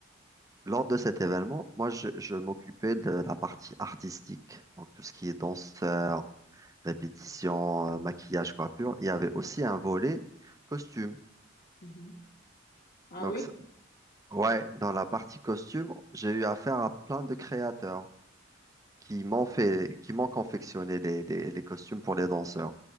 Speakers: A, on the right; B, on the left.
A: Lors de cet événement, moi, je, je m'occupais de la partie artistique, donc tout ce qui est danseur, répétition, euh, maquillage, coiffure. Il y avait aussi un volet costume.
B: Mhm. Ah
A: Donc,
B: oui?
A: c'est- ouais, dans la partie costume, j'ai eu affaire à plein de créateurs qui m'ont fait, qui m'ont confectionné les, les- les costumes pour les danseurs.